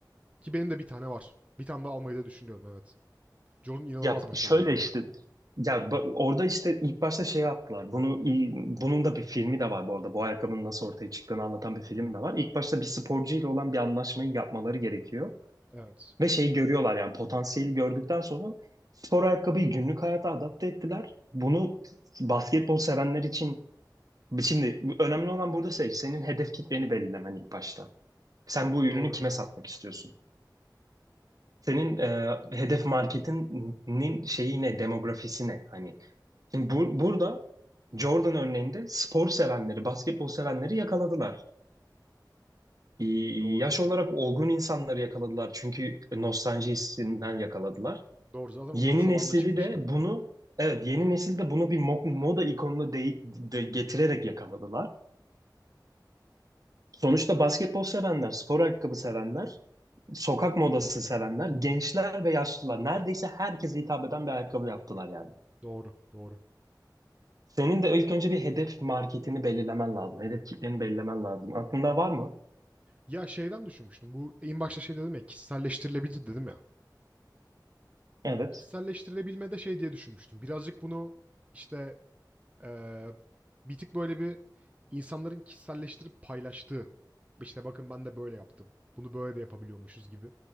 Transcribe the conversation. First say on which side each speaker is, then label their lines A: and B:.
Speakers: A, on the right (about 20°); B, on the right (about 50°).
A: Ki benim de bir tane var. Bir tane daha almayı da düşünüyorum evet. Jordan inanılmaz
B: Ya
A: başarılıydı
B: şöyle işte
A: ya.
B: ya ba- orada işte ilk başta şey yaptılar. Bunu bunun da bir filmi de var bu arada. Bu ayakkabının nasıl ortaya çıktığını anlatan bir film de var. İlk başta bir sporcu ile olan bir anlaşmayı yapmaları gerekiyor.
A: Evet.
B: Ve şeyi görüyorlar yani potansiyeli gördükten sonra spor ayakkabıyı günlük hayata adapte ettiler. Bunu basketbol sevenler için şimdi önemli olan burada şey senin hedef kitleni belirlemen ilk başta. Sen bu ürünü
A: Doğru.
B: kime satmak istiyorsun? Senin e, hedef marketinin şeyi ne, demografisi ne? Hani Şimdi bu, burada Jordan örneğinde spor sevenleri, basketbol sevenleri yakaladılar. İyi-
A: Doğru.
B: Yaş olarak olgun insanları yakaladılar çünkü nostalji hissinden yakaladılar.
A: Doğru. Zaten
B: Yeni
A: onların zamanında
B: nesili
A: çıkmıştı.
B: de bunu, evet yeni nesil de bunu bir mo- moda ikonuna de, de- getirerek yakaladılar. Sonuçta basketbol sevenler, spor ayakkabı sevenler, sokak modası sevenler, gençler ve yaşlılar neredeyse herkese hitap eden bir ayakkabı yaptılar yani.
A: Doğru. Doğru.
B: Senin de ilk önce bir hedef marketini belirlemen lazım. Hedef kitleni belirlemen lazım. Aklında var mı?
A: Ya şeyden düşünmüştüm. Bu en başta şey dedim ya kişiselleştirilebilir dedim ya.
B: Evet.
A: Kişiselleştirilebilme de şey diye düşünmüştüm. Birazcık bunu işte Eee, bir tık böyle bir insanların kişiselleştirip paylaştığı, işte bakın ben de böyle yaptım, bunu böyle de yapabiliyormuşuz gibi.